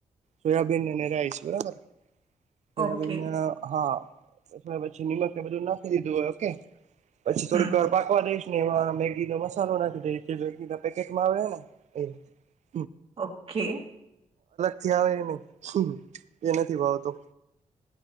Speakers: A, on the right (about 60°); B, on the right (about 45°).
A: સોયાબીન અને રાઈસ બરાબર? સોયાબીન
B: ઓકે
A: હા સ પછી નિમક એ બધું નાખી દીધું હોય ઓકે પછી થોડીક
B: હમ
A: વાર પાકવા દઈશ ને એમાં મેગીનો મસાલો નાખી દે મેગીના પેકેટમાં આવે ને <inaudible>
B: ઓકે.
A: આવડે નહી જે નથી ભાવતું.